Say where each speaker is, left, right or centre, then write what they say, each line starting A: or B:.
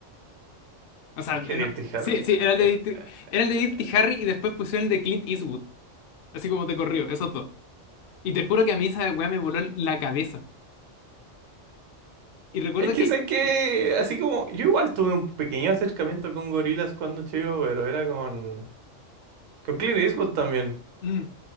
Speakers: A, on the left (about 60°); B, on the right (about 80°).
A: O sea,
B: Es
A: eh,
B: que Dirty
A: no-
B: Harry.
A: sí, sí, era el
B: eh,
A: de, Dirty-
B: eh,
A: era el de Dirty Harry y después pusieron el de Clint Eastwood, así como te corrió, esos dos. Y te juro que a mí esa weá me voló la cabeza. Y recuerdo
B: es que
A: que...
B: sé que.
A: mm,
B: Así como. Yo igual tuve un pequeño acercamiento con gorilas cuando chico, pero era con. Con Clint Eastwood también.
A: mm,